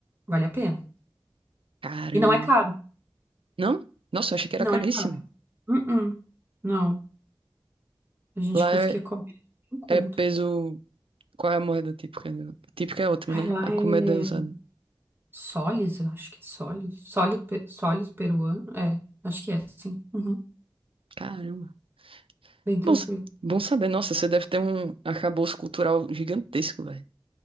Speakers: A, on the right; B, on the right.
A: vale a pena.
B: Caramba.
A: E não é caro.
B: Não? Nossa, eu achei que era
A: Não
B: caríssimo.
A: é caro. Uh-uh, não. A gente
B: Lá
A: conseguia
B: é,
A: comer em conta.
B: é peso. Qual é a moeda típica? do- Típica é outra,
A: Ai,
B: né?
A: lá
B: A
A: é.
B: comida é usada.
A: Solis, eu acho que é Solis. Soli, pe- Solis peruano. É, acho que é, sim. Uhum,
B: Caramba.
A: bem tranquilo.
B: Bom, sa- bom saber. Nossa, você deve ter um arcabouço cultural gigantesco, velho.